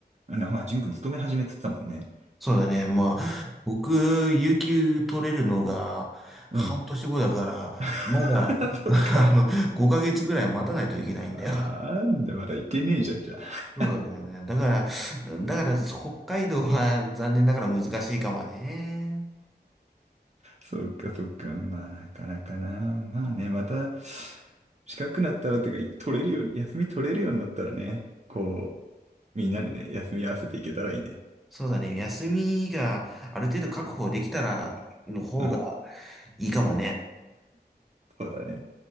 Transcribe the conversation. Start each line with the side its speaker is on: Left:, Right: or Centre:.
Right: あの、まあ、淳君勤め始めてたもんね。
Centre: そうだね。まあ、僕、有給取れるのが半年後だから、
Right: うん。<laughs>
Centre: まだ、
Right: そっか。
Centre: <laughs> あの、5ヶ月ぐらい待たないといけないんだよ。
Right: なんだ、まだいけねえじゃん、じゃあ。
Centre: そうだよね。だから、だから、北海道は残念ながら難しいかもね。
Right: そっか、そっか。まあ、なかなかな。まあね、また、近くなったらってか、取れるように、休み取れるようになったらね、こう、みんなでね、休み合わせていけたらいいね。
Centre: そうだね。休みがある程度確保できたらの方が
Right: うん、うん
Centre: いいかもね。
Right: そうだね。